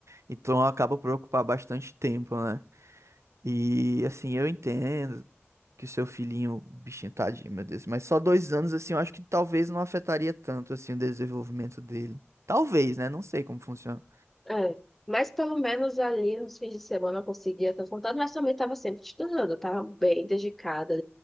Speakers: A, on the right; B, in the centre.
A: Então acaba por ocupar bastante tempo, né? E assim, eu entendo que o seu filhinho, bichinho, tadinho, meu Deus. Mas só dois anos, assim, eu acho que talvez não afetaria tanto, assim, o desenvolvimento dele. Talvez, né? Não sei como funciona.
B: É, mas pelo menos ali nos fins de semana eu conseguia estar contando, mas também estava sempre estudando, eu estava bem dedicada